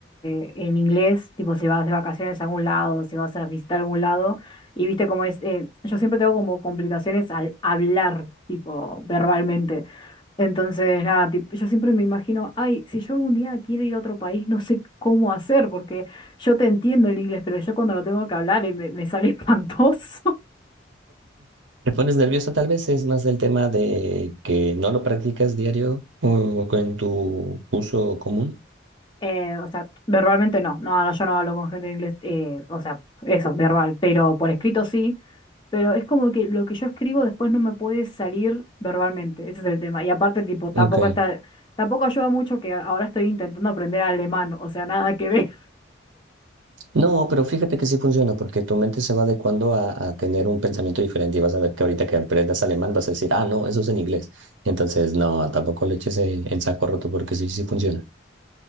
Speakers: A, on the left (about 25°); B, on the right (about 80°).
A: eh, en inglés, tipo si vas de vacaciones a algún lado, si vas a visitar algún lado. Y viste cómo es, eh, yo siempre tengo como complicaciones al hablar, tipo verbalmente. Entonces, nada, tip- yo siempre me imagino, ay, si yo algún día quiero ir a otro país, no sé cómo hacer, porque yo te entiendo el inglés, pero yo cuando lo tengo que hablar eh, me, me sale <laughs> espantoso.
B: ¿Te pones nervioso tal vez? Es más del tema de que no lo practicas diario o en tu uso común.
A: Eh, o sea, verbalmente no, no, no, yo no hablo con gente en inglés, eh, o sea, eso, verbal, pero por escrito sí, pero es como que lo que yo escribo después no me puede salir verbalmente, ese es el tema. Y aparte, tipo,
B: Ok.
A: tampoco está, tampoco ayuda mucho que ahora estoy intentando aprender alemán, o sea, nada que ver.
B: No, pero fíjate que sí funciona porque tu mente se va adecuando a, a tener un pensamiento diferente y vas a ver que ahorita que aprendas alemán vas a decir, ah, no, eso es en inglés. Entonces, no, tampoco le eches en, en saco roto porque sí, sí funciona.